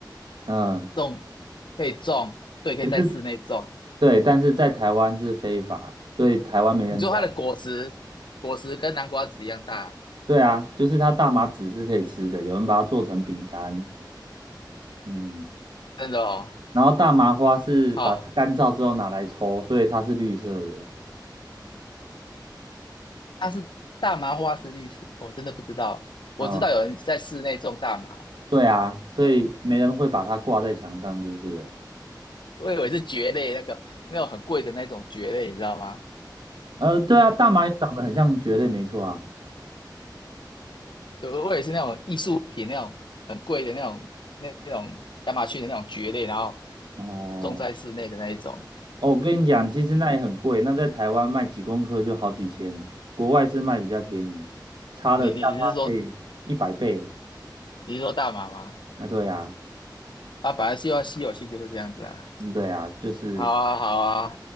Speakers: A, on the right; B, on the left.
A: 嗯，
B: 种可以种，对，可以在室内种。
A: 可是对，但是在台湾是非法，所以台湾没人这样。
B: 你说它的果实，果实跟南瓜子一样大，
A: 对啊，就是它大麻籽是可以吃的，有人把它做成饼干。嗯，
B: 真的哦。
A: 然后大麻花是把它干燥之后拿来抽，
B: 好、
A: 所以它是绿色的。
B: 它是大麻花是绿色，我真的不知道。
A: 哦，
B: 我知道有人在室内种大麻，
A: 对啊，所以没人会把它挂在墙上就是了
B: 哎，我以为是蕨类那个那种很贵的那种蕨类，你知道吗？
A: 呃，对啊，大麻也长得很像蕨类，没错啊。
B: 对，我也是那种艺术品那种很贵的那种那那种亚马逊的那种蕨类，然后
A: 哦。
B: 种在室内的那一种。
A: 哦，我跟你讲，其实那也很贵，那在台湾卖几公克就好几千，国外是卖比较便宜，差了价差可以一百倍。
B: 你你你是说你是说大麻吗？
A: 啊，对啊，
B: 啊，本来就要稀有性就是这样子啊。
A: 嗯，对啊，就是，
B: 好啊，好啊，